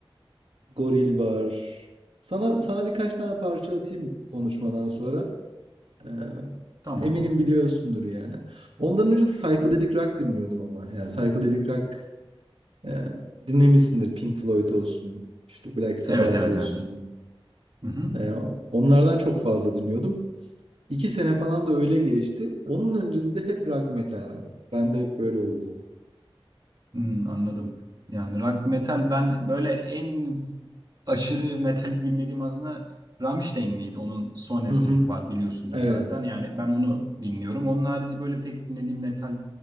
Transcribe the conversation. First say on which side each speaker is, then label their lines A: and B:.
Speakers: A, on the right (about 85°); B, on the right (about 45°).
A: Goril var. Sana sana birkaç tane parça atayım konuşmadan sonra. Ee,
B: Tamam.
A: eminim biliyorsundur yani. Ondan önce de psychedelic rock dinliyordum ama. Yani psychedelic rock e, dinlemişsindir Pink Floyd olsun, işte Black
B: Evet
A: Sabbath
B: evet
A: olsun.
B: evet. Hı hı.
A: Ee, onlardan çok fazla dinliyordum. İki sene falan da öyle geçti. Onun öncesi de hep rock metal abi. Ben de hep böyle oldu.
B: Hmm, anladım. Yani rock metal ben böyle en aşırı metal dinlediğim aslında Rammstein miydi? Onun sonesi
A: Hı hı.
B: var biliyorsundur
A: Evet.
B: zaten. Yani ben onu dinliyorum. Onun harici böyle pek dinlediğim metal